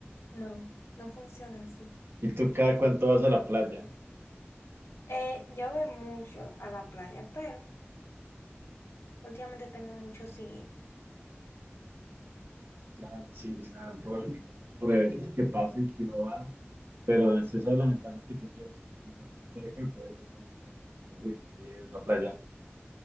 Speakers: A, on the left (about 80°); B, on the right (about 60°).
A: no, no funciona así.
B: ¿Y tú cada cuánto vas a la playa?
A: Eh, yo voy mucho a la playa, pero últimamente tengo mucho sin ir.
B: Claro, sí, nada, por, por eventos que pasen que uno va. Pero es esa la ventana que tú tienes, como está tan cerca, puedes sacar un día para decir, uy, voy a ir a la playa.